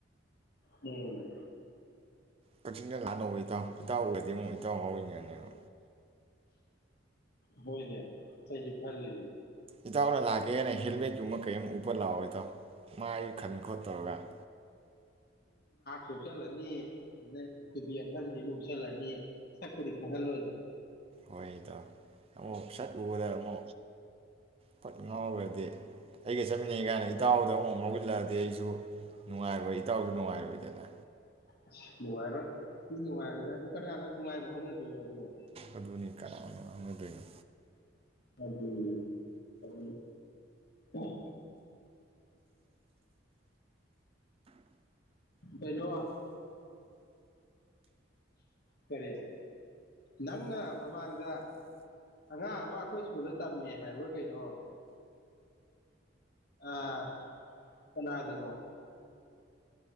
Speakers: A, on the left; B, on the right.
A: ꯎꯝ
B: ꯀꯛꯆꯤꯡꯗ ꯂꯥꯟꯅꯧ ꯏꯇꯥꯎ ꯏꯇꯥꯎꯒꯗꯤ ꯑꯃꯨꯛ ꯏꯇꯥꯎ ꯉꯥꯎꯋꯅꯤ ꯣ
A: ꯍꯣꯏꯅꯦ ꯀꯩ ꯐꯔ ꯂꯩ
B: ꯏꯇꯥꯎꯅ ꯂꯥꯛꯒꯦꯅ ꯍꯦꯜꯃꯦꯠꯀꯨꯝꯕ ꯀꯩꯝ ꯎꯄ ꯂꯥꯛꯑꯣ ꯏꯇꯥꯎ ꯃꯥꯏ ꯈꯟ ꯈꯣꯠ ꯇꯧꯔꯒ
A: ꯆꯣꯛꯁꯥꯂꯥꯅꯤ ꯑ ꯇꯨꯄꯤ ꯐꯜꯕꯤ ꯎꯞꯁꯣꯟ ꯂꯅꯤ ꯈꯥꯂꯣꯏꯗ
B: ꯍꯣꯏꯗ ꯑꯣ ꯄꯞꯁꯠ ꯎꯕꯗꯥꯔꯝꯃꯣ ꯐꯠ ꯉꯥꯎꯔꯈ꯭ꯔꯗꯤ ꯑꯩꯒ ꯆꯠꯃꯤꯟꯅꯩ ꯀꯥꯏꯅ ꯏꯇꯥꯎꯗ ꯑꯃꯨꯛ ꯉꯥꯎꯁꯤꯜꯂꯛꯑꯗꯤ ꯑꯩꯁꯨ ꯅꯨꯡꯉꯥꯏꯔꯣꯏ ꯏꯇꯥꯎꯁꯨ ꯅꯨꯡꯉꯥꯏꯔꯣꯏꯗꯅ
A: ꯑꯁ ꯅꯨꯡꯉꯥꯏꯔꯣꯏ ꯁꯤ ꯅꯨꯡꯉꯥꯏꯔꯣꯏꯗ ꯑꯗꯨ ꯀꯗꯥꯗ ꯅꯨꯡꯉꯥꯏꯕ ꯍꯧꯅꯗꯣꯏꯅꯣ ꯑꯗꯨꯣ
B: ꯑꯗꯨꯗꯨꯅꯤ ꯀꯅꯥꯅꯣ ꯑꯗꯨꯅ
A: ꯑꯗꯨ ꯎꯝ ꯎꯝ ꯀꯩꯅꯣ ꯀꯔꯤ ꯅꯪꯅ ꯃꯃꯥꯡꯗ ꯑꯉꯥꯡ ꯑꯃ ꯑꯩꯈꯣꯏ ꯁ꯭ꯀꯨꯜꯗ ꯇꯝꯃꯦ ꯍꯥꯏꯕ ꯀꯩꯅꯣ ꯑꯥ ꯀꯅꯥꯗꯅꯣ